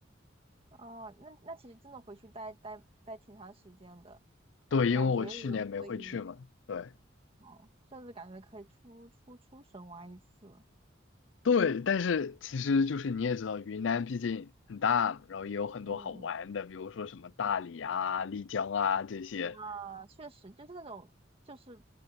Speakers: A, on the right; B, on the left.
A: 哦，那那其实真的回去待待待挺长时间的，
B: 对，因为我去年没回去嘛，
A: 感觉也可以。
B: 对。
A: 哦，甚至感觉可以出出出省玩一次。
B: 对，但是其实就是你也知道，云南毕竟很大嘛然后也有很多好玩的，
A: 嗯，
B: 比如说什么大理啊、丽江啊这些。
A: 啊，确实就是那种，就是